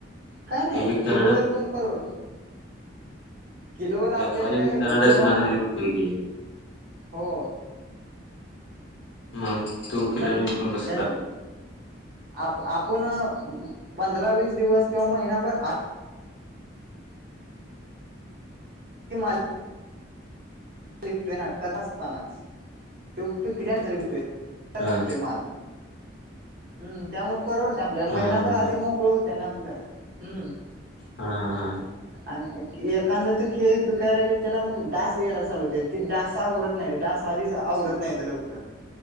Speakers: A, on the right; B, on the left.
A: काय नाही
B: ते विकताना
A: किलोवरर पण परव किलोवर आपल्याला
B: व्यापारी
A: काय
B: विकताना
A: उखेरवा,
B: डझनानच विकतोय की
A: हो.
B: मग. तू किलोने
A: पण
B: विकून कसं
A: दर
B: चालेल
A: आप-आपण. पंधरा-वीस दिवस किंवा महिनाभर आ हि माल. लिहतोय ना. कथ असतानाच ते पिकल्यांतर लिहतोय. बघाय
B: हा
A: लागतोय मला. हम् त्यामुळे परवडत आपल्याला.
B: हा
A: महिनाभर
B: हा
A: अधिक
B: हा
A: मोकळ होतय ना आपलं हम्म.
B: हा. हा. हा.
A: आणि एखादा तू केळी पिकाय लागली. त्याला मग डाग यालाच. ती डसा आवरत नाही. डासा आधीच आवरत नाही लोक.